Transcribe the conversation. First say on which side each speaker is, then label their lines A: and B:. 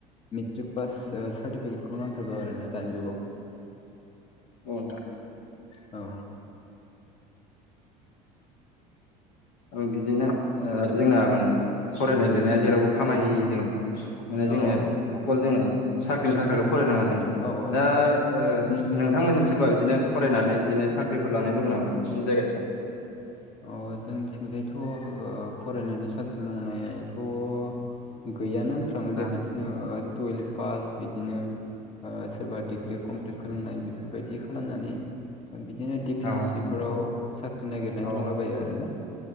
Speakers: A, on the left (about 30°); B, on the left (about 70°).
A: मेट्रिक पास सार्टिफिकेटखौ नांथारगौ आरो ना दानि जुगाव।
B: औ नोंथां।
A: औ।
B: औ बिदिनो ओ जोंना माने फरायनाय लिरनाया जेरावबो खामानि होयि जायो। माने जोङो
A: औ
B: अखल जोङो साख्रिनि थाखायल' फराय नाङा जों
A: औ
B: दा ओ नोंथांमोनजों सोरबा बिदिनो फरायनानै बिदिनो साख्रिफोर लानाय दं नामा नोंसिनि जायगाथिं?
A: अ जोंनिथिंजायथ' ओ फरायनायनि सा साख्रि मावनायथ' गैयानो होनफ्रामो
B: औ
A: दे बिदिनो ओ टुयेल्भ पास बिदिनो ओ सोरबा डिग्रि कमप्लिट खालामनाय बेफोर बायदि खालामनानै ओ बिदिनो डिफेन्सफोराव
B: औ
A: साख्रि नागिरनाय
B: औ
A: दंलाबायो आरोना